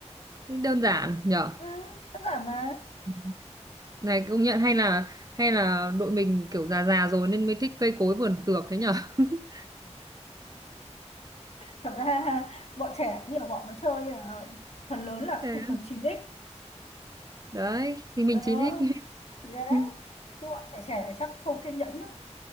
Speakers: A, on the right; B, on the left.
A: Thế đơn giản nhở
B: ừ, đơn giản mà
A: Ừ. này công nhận hay là hay là đội mình kiểu già già rồi nên mới thích cây cối vườn tược thế nhở <laughs>
B: thật ra <laughs> bọn trẻ nhiều bọn nó chơi là phần lớn là
A: Thế
B: cũng phải tầm chín x
A: đấy thì mình
B: ờ
A: chỉ thích
B: thì đấy
A: <laughs>
B: chứ bọn trẻ trẻ chắc không kiên nhẫn đâu